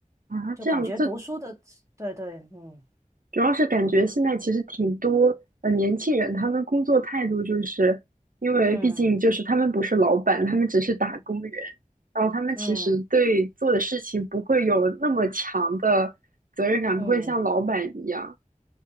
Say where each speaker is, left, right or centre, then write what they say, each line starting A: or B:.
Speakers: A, on the right; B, on the right.
A: 啊，
B: 就感觉读书的，
A: 这样，这
B: 对对，嗯
A: 主要是感觉现在其实挺多呃年轻人，他们工作态度就是因为毕竟就是他们不是老板，
B: 嗯。
A: 他们只是打工人，然后他们其实对做的事情不会有那么强的责任感，
B: 嗯嗯，
A: 不会像老板一样